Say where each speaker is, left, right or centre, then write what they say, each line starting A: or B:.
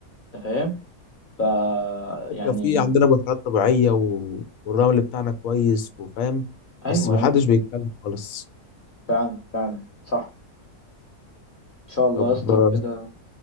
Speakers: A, on the left (about 40°); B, on the left (about 70°).
A: أنت فاهم ف
B: الفكرة
A: يعني
B: في عندنا بحيرات طبيعية و... والرمل بتاعنا كويس وفاهم
A: أيوه
B: بس محدش
A: أيوه
B: بيتكلم خالص
A: فعلا فعلا صح إن شاء الله
B: طب
A: يا اسطى
B: آه،
A: كده